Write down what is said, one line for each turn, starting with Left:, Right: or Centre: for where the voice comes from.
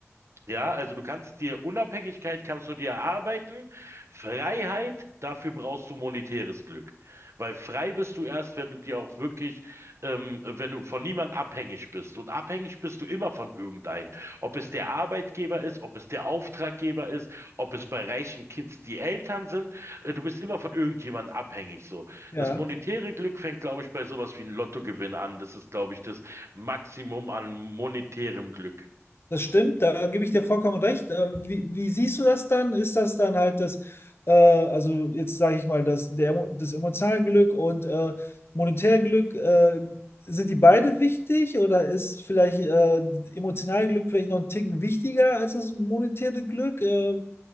Right: Ja, also du kannst dir Unabhängigkeit kannst du dir erarbeiten, Freiheit, dafür brauchst du monetäres Glück. Weil frei bist du erst, wenn du dir auch wirklich, ähm, wenn du von niemand abhängig bist. Und abhängig bist du immer von irgendeinem. Ob es der Arbeitgeber ist, ob es der Auftraggeber ist, ob es bei reichen Kids die Eltern sind, äh, du bist immer von irgendjemandem abhängig. So.
Left: ja.
Right: Das monetäre Glück fängt, glaube ich, bei sowas wie einem Lottogewinn an. Das ist, glaube ich, das Maximum an monetärem Glück.
Left: Das stimmt, da gebe ich dir vollkommen recht. Ähm, Wie, wie siehst du das dann? Ist das dann halt das, äh, also jetzt sage ich mal, das, der, Emo- das emotionale Glück und äh, monetäre Glück, äh, sind die beide wichtig oder ist vielleicht äh, emotionale Glück vielleicht noch einen Ticken wichtiger als das monetäre Glück? Äh,